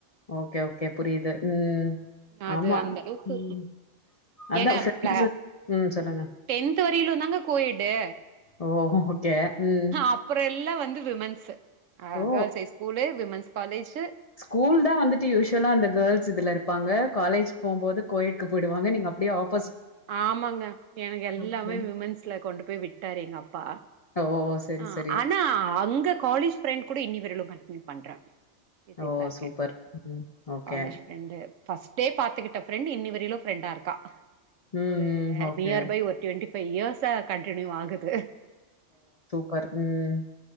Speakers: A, on the left (about 40°); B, on the right (about 75°).
A: ஓகே ஓகே புரியுது ம்
B: அது
A: ஆமா
B: அந்த அளவுக்கு
A: ம் அதா
B: ஏங்க
A: ஃப்ரெண்ட்ஸு
B: ப்ள
A: ம் சொல்லுங்க.
B: டென்த் வரியிலு தாங்க கோயட்டு
A: ஓ! ஓகே. ம்.
B: அப்புறோ எல்லா வந்து விமென்ஸ் அ
A: ஓ!
B: கேர்ள்ஸ்‌ ஐ ஸ்கூலு விமென்ஸ் காலேஜ்
A: ஸ்கூல் தா வந்துட்டு யூஷ்வலா அந்த கேர்ள்ஸ் இதுல இருப்பாங்க காலேஜ் போம் போது கோயட் போயிடுவங்க நீங்க அப்டியே ஆப்
B: ஆமாங்க எனக்கு எல்லாமே
A: ஓகே.
B: விமென்ஸ்ல கொண்டு போய் விட்டாரு எங்க அப்பா
A: ஓ! சரி,
B: ஆ
A: சரி.
B: ஆனா அங்க காலேஜ் ஃப்ரெண்ட் கூட இன்னி வரையிலு கண்டினியூ பண்றே பேசிட்டு
A: ஓ!
B: தா இருக்கே
A: சூப்பர். ம். Okay.
B: College friend first day பாத்துக்கிட்ட ஃப்ரெண்ட் இன்னி வரையிலு ஃப்ரெண்டா இருக்கா
A: ம்,
B: ஒரு
A: ம். ஓகே.
B: நியர் பை ஒரு டுவெண்டி ஃபைவ் இயர்ஸா கண்டினியூ ஆகுது
A: பர் ம்